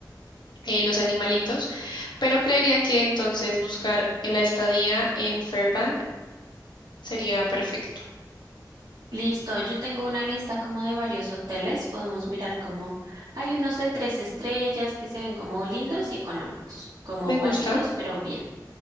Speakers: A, on the left; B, on the right.
A: eh, los animalitos, pero creería que entonces buscar la estadía en Fairbanks sería perfecto.
B: Listo, yo tengo una lista como de varios hoteles, podemos mirar como hay unos de tres estrellas que se ven como lindos y económicos, como
A: Me
B: básicos,
A: gusta.
B: pero bien.